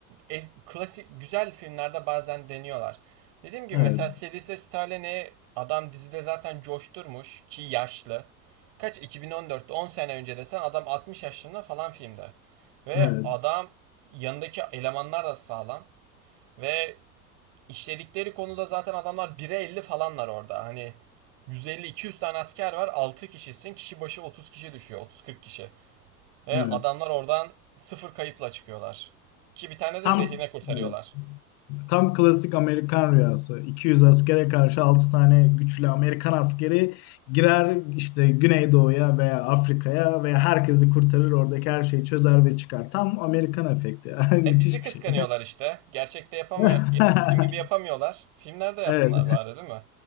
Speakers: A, on the right; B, on the left.
A: e- klasik güzel filmlerde bazen deniyorlar. Dediğim gibi
B: Evet.
A: mesela Sylvester Stallone'yi adam dizide zaten coşturmuş ki yaşlı. Kaç 2014'te 10 sene önce desen adam 60 yaşında falan filmde. Ve
B: Evet.
A: adam yanındaki elemanlar da sağlam ve işledikleri konuda zaten adamlar 1'e 50 falanlar orada. Hani yüz elli iki yüz tane asker var 6 kişisin kişi başı 30 kişi düşüyor otuz kırk kişi. Ve
B: Evet.
A: adamlar oradan sıfır kayıpla çıkıyorlar. Ki bir tane
B: Tam
A: de rehine kurtarıyorlar.
B: evet. Tam klasik Amerikan rüyası. 200 askere karşı 6 tane güçlü Amerikan askeri girer işte Güneydoğu'ya veya Afrika'ya ve herkesi kurtarır. Oradaki her şeyi çözer ve çıkar. Tam Amerikan efekti. <laughs>
A: E
B: Müthiş
A: bizi kıskanıyorlar
B: bir şey.
A: işte. Gerçekte yapamay
B: <laughs>
A: bizim gibi yapamıyorlar. Filmlerde yapsınlar
B: Evet.
A: bari değil mi?